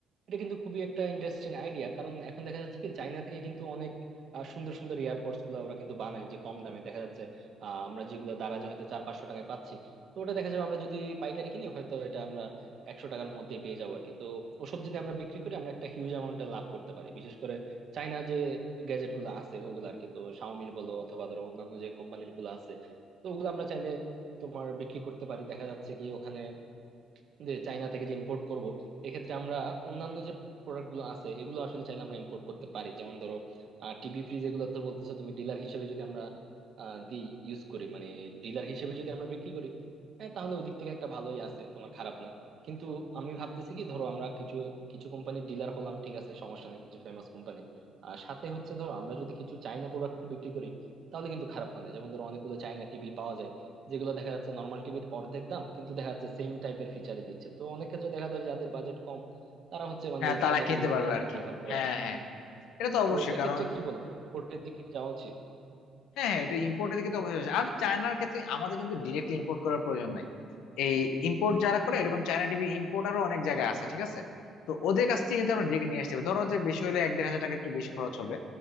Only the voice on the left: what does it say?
হ্যাঁ
তারা
কিনতে
পারবে
আর
কি
হ্যাঁ
হ্যাঁ এটা
তো অবশ্যই
কারণ
হ্যাঁ হ্যাঁ এটা ইম্পোর্টের দিকে তো অবশ্যই আছে। আর চায়নার ক্ষেত্রে আমাদের কিন্তু ডিরেক্টলি ইম্পোর্ট করার প্রয়োজন নাই এই ইম্পোর্ট যারা করে
এরকম
চায়না টিভি ইম্পোর্টারও অনেক জায়গায় আছে ঠিক আছে তো ওদের কাছ থেকে কিন্তু আমরা ডেকে নিয়ে আসতে হবে ধরো যে বেশি হলে এক দেড় হাজার টাকা একটু বেশি খরচ হবে